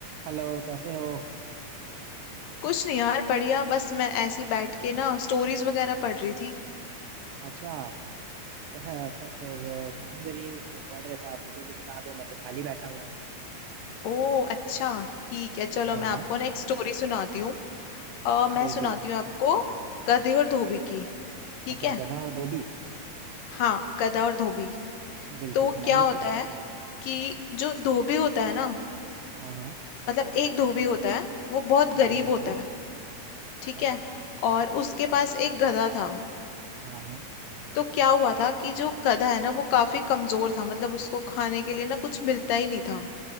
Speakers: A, on the right; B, on the left.
A: Hello कैसे हो
B: कुछ नहीं यार बढ़िया बस मैं ऐसी बैठ के ना स्टोरीज वगैरह पढ़ रही थी
A: अच्छा क्या है अच्छा फिर अ, काम करिए जो पढ़ रहे थे आप मुझे भी सुना दो मैं तो खाली बैठा हुआ हूँ
B: ओ अच्छा ठीक है चलो
A: हाँ
B: मैं
A: हाँ
B: आपको ना एक स्टोरी सुनाती हूँ अ, मैं
A: बिल्कुल
B: सुनाती हूँ आपको गधे और धोबी की ठीक
A: अच्छा
B: है
A: गधा और धोबी
B: हाँ गधा और धोबी
A: बिल्कुल
B: तो
A: सुनाइए
B: क्या होता
A: फिर
B: है कि जो धोबी होता है ना
A: हाँ हाँ
B: मतलब एक धोबी होता है वो बहुत गरीब
A: जी बिल्कुल
B: होता है ठीक
A: ओ
B: है और उसके पास एक गधा था
A: हाँ हाँ
B: तो क्या हुआ था कि जो गधा है ना वो काफी कमजोर था मतलब उसको खाने के लिए ना कुछ मिलता ही नहीं था